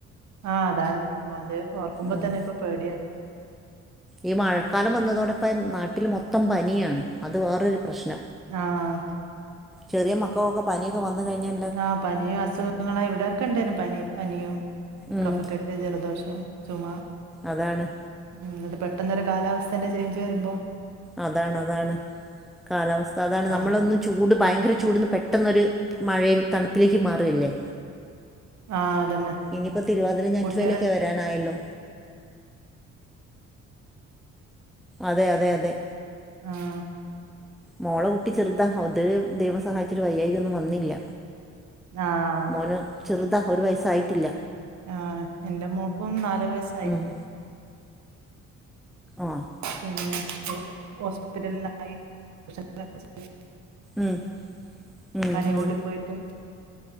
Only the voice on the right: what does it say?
ആഹ് അതാണ്ത് ഓർക്കുമ്പോ
തന്നെ ഇപ്പൊ പേടിയാ
ആഹ്
ആഹ പനിയും അസുഖങ്ങളാ ഇവിടെക്കെ ഇണ്ടേനു പനി പനിയും
കഫക്കെട്ട ജലദോഷം ചുമ
ഉം അത് പെട്ടെന്നരു കാലാവസ്ഥന്റെ ചേഞ്ച് വരുമ്പോ
ആഹ്
ആഹ് അതന്നെ
കുട്ടികളെ
ആഹ്
ആഹ്
ആഹ് എന്റെ മോക്കും നാാലു വയസ്സായി
പിന്നെ ഹോസ്പിറ്റലിനായി <unintelligible>
പനിയ
കൂടി പോയിട്ട്